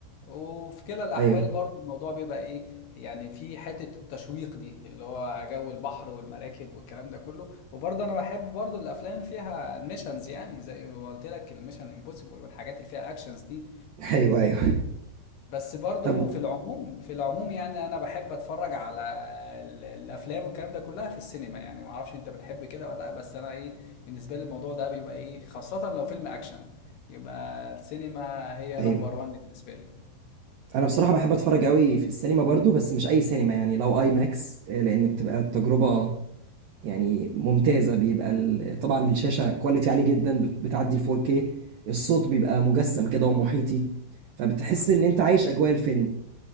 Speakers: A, on the left; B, on the right.
A: وفي كلا الاحوال
B: ايوه
A: برضو الموضوع بيبقى ايه يعني في حتة التشويق دي اللي هو جو البحر والمراكب والكلام ده كله وبرضه انا بحب برضو الافلام فيها ميشنز يعني زي ما قلت لك الميشن امبوسيبل والحاجات اللي فيها اكشنز دي
B: <laughs> ايوه ايوه
A: بس برضو
B: طب
A: في العموم في العموم يعني انا بحب اتفرج على ال- الافلام والكلام ده كلها في السينما يعني ما اعرفش انت بتحب كده ولا لا بس انا ايه بالنسبه لي الموضوع ده بيبقى ايه خاصه لو فيلم اكشن يبقى السينما هي
B: ايوه
A: نمبر وان بالنسبه لي
B: انا بصراحة بحب اتفرج قوي في السينما برضو بس مش اي سينما يعني لو اي ماكس آه، لان بتبقى التجربة يعني ممتازة بيبقى ال... طبعا الشاشة كواليتي عالي جدا بت- بتعدي ال 4K الصوت بيبقى مجسم كده ومحيطي فبتحس ان انت عايش اجواء الفيلم